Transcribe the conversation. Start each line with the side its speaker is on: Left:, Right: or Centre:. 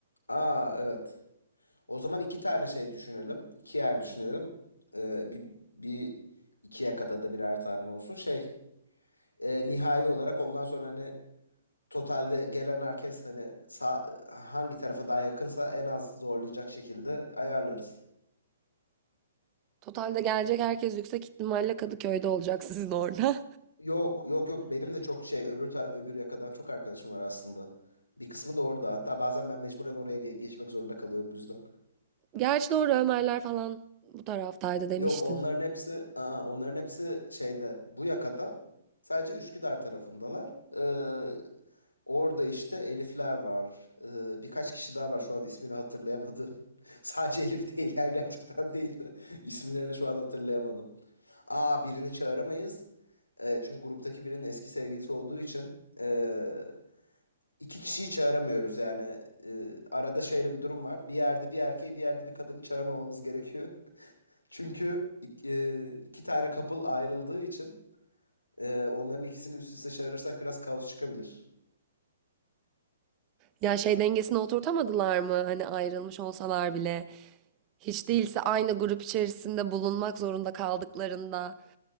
Left: Aa evet. O zaman iki tane şey düşünelim. İki yer düşünelim. Ee, bir, bir iki yakada da birer tane olsun. Şey e, nihai olarak ondan sonra hani totalde gelen herkes hani sağ, hangi tarafa daha yakınsa en az zorlayacak şekilde ayarlarız.
Right: Totalde gelecek herkes yüksek ihtimalle Kadıköy'de olacak sizin orada.
Left: Yok yok yok benim de çok şey öbür tar öbür yakadan çok arkadaşım var aslında. Bir kısmı da orada. Hatta bazen ben mecburen oraya ge- geçmek zorunda kalıyorum bu yüzden.
Right: <laughs> Gerçi doğru Ömerler falan bu taraftaydı demiştin.
Left: Yok onların hepsi aa, onların hepsi şeyde bu yakada sadece Üsküdar tarafındalar. Ee, orada işte Elifler var. Ee, birkaç kişi daha var şu an ismini hatırlayamadım. <laughs> Sadece Elif değiller gerçekten değil de <laughs> isimlerini şu an hatırlayamadım. Aa birini çağıramayız. Ee, çünkü gruptaki birinin eski sevgilisi olduğu için ee, iki kişiyi çağıramıyoruz yani. Ee, arada şöyle bir durum var. Bir yerde bir erkeği bir yerde bir kadını çağırmamamız gerekiyor. Çünkü ik- e, iki tane couple ayrıldığı için e, onların ikisini üst üste çağırırsak biraz kaos çıkabilir.
Right: Ya şey dengesini oturtamadılar mı? Hani ayrılmış olsalar bile. Hiç değilse aynı grup içerisinde bulunmak zorunda kaldıklarında